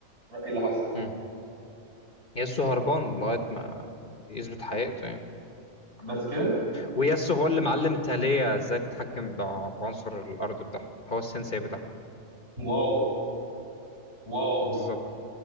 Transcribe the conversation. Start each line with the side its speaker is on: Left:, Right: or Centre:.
Right: ر- ايه اللي حصل؟
Left: مم. ياسو هربان لغاية ما يثبت حقيقته يعني
Right: بس كده؟
Left: وياسو هو اللي معلم تالية ازاي تتحكم بع- بعنصر الأرض بتاعها هو السensei بتاعها
Right: واو واو
Left: بالظبط